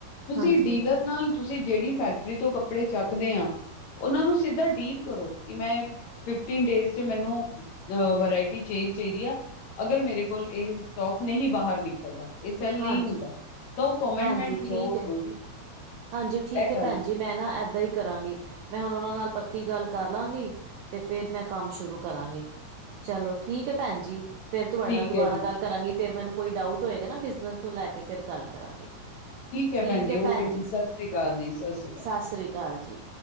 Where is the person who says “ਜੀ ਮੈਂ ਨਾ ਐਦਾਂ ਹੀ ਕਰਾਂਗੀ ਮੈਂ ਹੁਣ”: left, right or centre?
Right